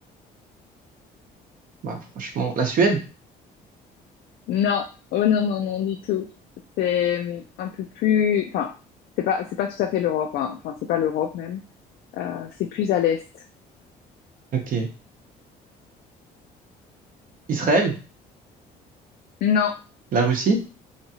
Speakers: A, on the right (about 55°); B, on the left (about 65°).
A: Bah, franchement, la Suède?
B: Non. Oh non, non, non, du tout. C'est hum, un peu plus, enfin, c'est pas, c'est pas tout à fait l'Europe, hein. Enfin, c'est pas l'Europe même. Euh, c'est plus à l'Est.
A: Ok. Israël?
B: Non,
A: La Russie?